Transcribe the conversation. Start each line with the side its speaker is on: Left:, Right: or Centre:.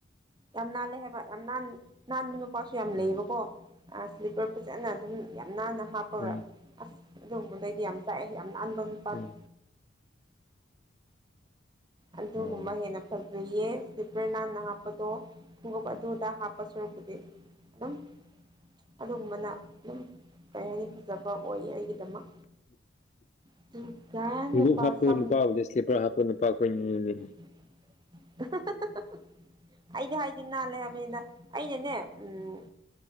Right: ꯌꯥꯝ ꯅꯥꯜꯂꯦ ꯍꯥꯏꯕ ꯌꯥꯝꯅꯟ ꯅꯥꯟꯕ ꯅꯨꯄꯥꯁꯨ ꯌꯥꯝ ꯂꯩꯌꯦꯕꯀꯣ
Left: ꯎꯝ
Right: ꯁ꯭ꯂꯤꯞꯄꯔ ꯐꯖꯅ ꯑꯗꯨꯝ ꯌꯥꯝ ꯅꯥꯟꯅ ꯍꯥꯞꯄꯒ
Left: ꯎꯝ
Right: ꯑꯁ ꯑꯗꯨꯒꯝꯕꯗꯩꯗꯤ ꯌꯥꯝ ꯆꯥꯛꯑꯦ ꯌꯥꯝ ꯅꯥꯟꯥꯟꯕꯄꯥꯥꯗ
Left: ꯎꯝ
Right: ꯑꯗꯨꯒꯨꯝꯕ
Left: ꯑꯣ
Right: ꯍꯦꯟꯅ ꯐꯖꯩꯌꯦ ꯁ꯭ꯂꯤꯄꯔ ꯅꯟꯅ ꯍꯥꯞꯄꯗꯣ ꯈꯣꯡꯒꯨꯞ ꯑꯗꯨꯑꯗ ꯍꯥꯞꯄ ꯁꯨꯔꯨꯛꯄꯨꯗꯤ ꯑꯗꯨꯝ ꯑꯗꯨꯒꯨꯝꯕꯅ ꯑꯗꯨꯝ ꯀꯩ ꯍꯥꯏꯅꯤ ꯐꯖꯕ ꯑꯣꯏꯌꯦ ꯑꯩꯒꯤꯗꯃꯛ ꯑꯗꯨꯒ ꯅꯨꯄꯥ
Left: ꯨ <inaudible> ꯍꯥꯞꯄ
Right: ꯁꯝ
Left: ꯅꯨꯄꯥꯕꯨꯗꯤ ꯏꯁ꯭ꯂꯤꯞꯄꯔ ꯍꯥꯞꯄ ꯅꯨꯄꯥ ꯀꯣꯏꯅꯤꯡꯅꯤꯅꯦ
Right: <unintelligible> ꯑꯩꯗꯤ ꯍꯥꯏꯕꯗꯤ ꯅꯜꯂꯦ ꯍꯥꯏꯕꯅꯦꯗ ꯑꯩꯅꯅꯦ ꯎ